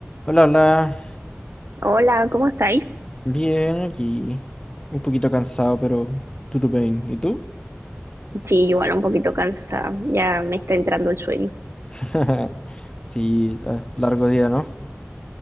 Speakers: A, on the left; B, on the right.
A: Hola, hola.
B: Hola, ¿cómo estáis?
A: Bien, aquí. Un poquito cansado, pero tutu bien. ¿Y tú?
B: Sí, igual un poquito cansada, ya me está entrando el sueño.
A: <laughs> Sí, la- largo día, ¿no?